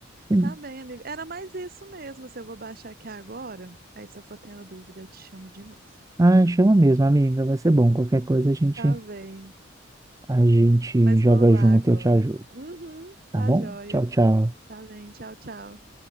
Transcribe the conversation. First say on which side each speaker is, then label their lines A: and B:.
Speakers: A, on the right; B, on the right.
A: Sim.
B: Tá bem, amigo. Era mais isso mesmo. Se eu vou baixar aqui agora, aí se eu for tendo dúvida, eu te chamo de novo.
A: Ah, chama mesmo, amiga. Vai ser bom. Qualquer coisa a gente,
B: Tá bem.
A: a gente
B: Mas
A: joga
B: vou lá
A: junto
B: agora.
A: e eu te ajudo.
B: Uhum,
A: Tá
B: tá
A: bom?
B: joia.
A: Tchau, tchau.
B: Tá bem. Tchau, tchau.